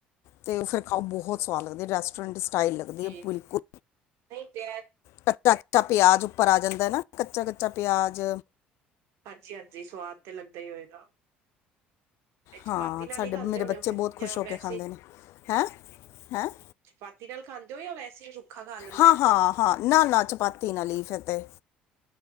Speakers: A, on the left; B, on the right.
A: ਤੇ ਫਿਰ। ਖਾਓ ਬਹੁਤ ਸਵਾਦ ਲੱਗਦੀ ਹੈ ਰੈਸਟੋਰੈਂਟ ਸਟਾਈਲ ਲੱਗਦੀ
B: ਤੇ
A: ਏ ਬਿਲਕੁਲ।
B: ਨਈ ਤੇ
A: ਕੱਚਾ ਕੱਚਾ ਪਿਆਜ ਉੱਪਰ ਆ ਜਾਂਦਾ ਨਾ ਕੱਚਾ ਕੱਚਾ ਪਿਆਜ।
B: ਹਾਂਜੀ-ਹਾਂਜੀ ਸਵਾਦ ਤੇ ਲੱਗਦਾ ਹੀ ਹੋਏਗਾ। ਤੇ ਚਪਾਤੀ
A: ਹਾਂ
B: ਨਾਲ
A: ਸਾਡੇ
B: ਹੀ ਖਾਂਦੇ
A: ਮੇਰੇ
B: ਹੋਣੇ
A: ਬੱਚੇ
B: ਉਹ ਫਿਰ
A: ਬਹੁਤ ਖੁਸ਼
B: ਜਾਂ
A: ਹੋ
B: ਵੈਸੇ।
A: ਕੇ ਖਾਂਦੇ ਨੇ ਹੈ ਹੈ
B: ਚਪਾਤੀ ਨਾਲ ਖਾਂਦੇ ਹੋ ਜਾਂ ਵੈਸੇ। ਖਾ ਲੈਂਦੇ
A: ਹਾਂ
B: ਹੋ?
A: ਹਾਂ ਹਾਂ ਨਾ ਨਾ ਚਪਾਤੀ ਨਾਲ ਈ ਫਿਰ ਤੇ।